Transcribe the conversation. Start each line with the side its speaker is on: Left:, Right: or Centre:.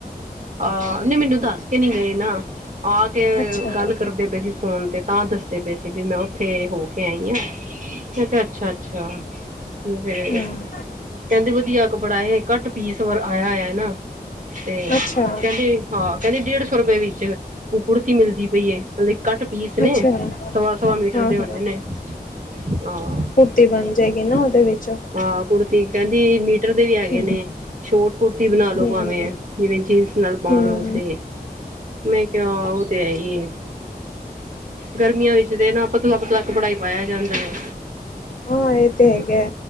Right: ਆਹ ਨਹੀਂ ਮੈਨੂੰ ਦੱਸ ਕੇ ਨਈ ਗਏ ਨਾ ਆ ਕੇ
Left: ਅੱਛਾ
Right: ਗੱਲ ਕਰਦੇ ਪਏ ਸੀ। ਫੋਨ ਤੇ ਤਾਂ ਦੱਸਦੇ ਪਏ ਸੀ ਵੀ ਮੈਂ ਉੱਥੇ ਹੋ ਕੇ ਆਈ ਆ। ਮੈਂ ਕਿਆ ਅੱਛਾ ਅੱਛਾ ਹੂ ਫੇਰ।
Left: ਹੂੰ
Right: ਕਹਿੰਦੇ ਵਦੀਆ ਕੱਪੜਾ ਏ ਕੱਟ ਪੀਸ ਓਰ ਆਇਆ ਓਯਾ ਨਾ, ਤੇ
Left: ਅੱਛਾ
Right: ਤੇ ਹਾਂ ਕਹਿੰਦੇ ਡੇਢ ਸੌ ਰੁਪਏ ਵਿੱਚ ਕੁੜਤੀ ਮਿਲਦੀ ਪਈ ਏ ਮਤਲਬ ਕੱਟ ਪੀਸ ਨੇ
Left: ਅੱਛਾ
Right: ਸਵਾ-ਸਵਾ ਮੀਟਰ
Left: ਹਾਂ
Right: ਦੇ ਹੋਣੇ
Left: ਹਾਂ
Right: ਨੇ, ਆਹ।
Left: ਤੇ ਬਣ ਜੇਗੀ ਨਾ ਉਹਦੇ ਵਿੱਚ
Right: ਆਹ, ਕੁੜਤੀ ਕਹਿੰਦੀ ਮੀਟਰ ਦੇ ਵੀ
Left: ਹੂੰ
Right: ਹੈਗੇ ਨੇ। ਸ਼ੋਰਟ ਕੁੜਤੀ ਬਣਾ ਲਓ
Left: ਹੂੰ-ਹੂੰ-ਹੂੰ
Right: ਭਾਵੇਂ ਜਿਵੇਂ ਜੀਨਸ ਨਾਲ ਪਾਨ
Left: ਇਹ
Right: ਵਾਸਤੇ। ਮੈਂ ਕਿਆ ਉਹ ਤੇ ਹੈ ਈ ਏ। ਗਰਮੀਆਂ ਵਿੱਚ ਤੇ ਨਾ, ਪਤਲਾ-ਪਤਲਾ ਕਪੜਾ ਈ ਪਾਇਆ ਜਾਂਦਾ ਏ।
Left: ਾਂ ਇਹ ਤੇ ਹੈਗੇ।